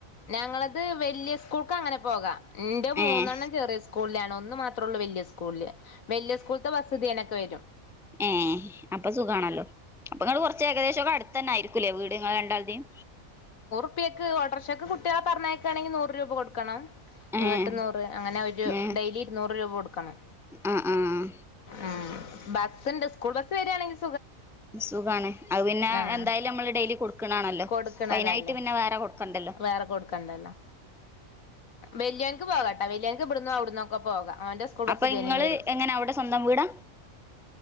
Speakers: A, on the left; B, in the centre.
A: ഞങ്ങളത് വല്ല്യ സ്കൂൾക്ക് അങ്ങനെ പോകാ എന്റെ മൂന്നെണ്ണം
B: ഏഹ്
A: ചെറിയ സ്കൂൾ സ്കൂളിലാണ് ഒന്ന് മാത്രൊള്ളൂ വല്യ സ്കൂൾല് വല്യ സ്കൂൾത്തെ ബസ്സ് ഇതേ കണക്ക് വെരും.
B: ഏ അപ്പൊ സുഖാണല്ലോ അപ്പൊ നിങ്ങള് കൊറച്ച് ഏകദേശൊക്കെ അടുത്തന്നെ ആയിരിക്കൂല്ലേ വീട്ങ്ങള രണ്ടാൾടേം
A: കുപ്പിയൊക്ക് ഓട്ടോർഷക്ക്‌ കുട്ടികള പറഞ്ഞേക്കാണെങ്കിൽ നൂറ് രൂപ കൊടുക്കണം
B: ഏഹ്
A: ഇങ്ങോട്ട് നൂറ് അങ്ങനെ ഒരു
B: ഏഹ്
A: ഡെയിലി ഇരുന്നൂറ് രൂപ കൊടുക്കണം
B: ആഹ് ആഹ്
A: ഉം ബസ്ണ്ട് സ്കൂൾ ബസ്സ് വരിയാണെങ്കി
B: സുഖാണ് അത് പിന്നെ
A: ആഹ്
B: എന്തായാലും നമ്മള് ഡെയിലി കൊടുക്കണാണല്ലോ
A: കൊടുക്കണതല്ലേ
B: അയിനായിട്ട് പിന്നെ വേറെ കൊടുക്കണ്ട
A: വേറെ കൊടുക്കണ്ടല്ലോ വെല്യാൾക്ക് പോകണ്ട വല്യാക്ക് ഇവിട്ന്ന് അവിടന്നൊക്കെ പോകാം അവന്റെ സ്കൂൾ
B: അപ്പൊ
A: ബസ് തെനം
B: ഇങ്ങള്
A: വെരും
B: എങ്ങനെ അവിടെ സ്വന്തം വീടാ